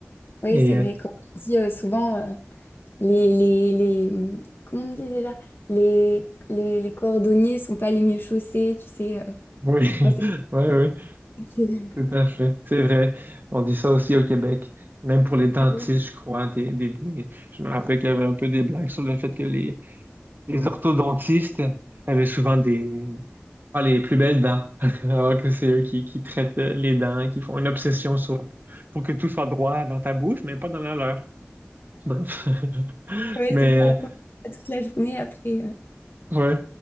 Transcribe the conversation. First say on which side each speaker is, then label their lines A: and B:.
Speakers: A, on the left; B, on the right.
A: Oui,
B: Et
A: c'est vrai,
B: euh,
A: comme on dit euh, souvent, euh, les, les, les, hum, comment on dit déjà? Les, les, les cordonniers sont pas les mieux chaussés, tu sais. euh,
B: oui,
A: enfin,
B: <laughs> oui, oui.
A: c'est <laughs>
B: Tout à fait, c'est vrai. On dit ça aussi au Québec, même pour les dentistes,
A: Ah oui.
B: je crois. Des, des, des- Je me rappelle qu'il y avait un peu des blagues sur le fait que les, les orthodontistes avaient souvent des pas les plus belles dents, <laughs> alors que c'est eux qui, qui traitent les dents, qui font une obsession sur pour que tout soit droit dans ta bouche, mais pas dans la leur. Bref. <laughs>
A: Ouais, c'est ça, comme ça, toute la journée après. euh.
B: Ouais.